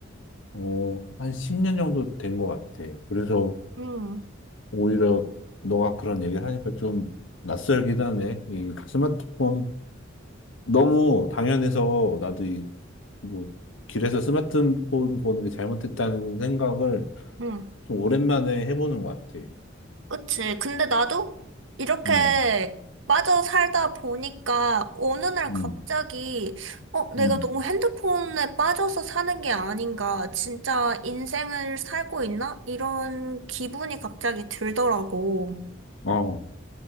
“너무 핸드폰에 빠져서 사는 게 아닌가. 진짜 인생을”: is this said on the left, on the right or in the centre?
Right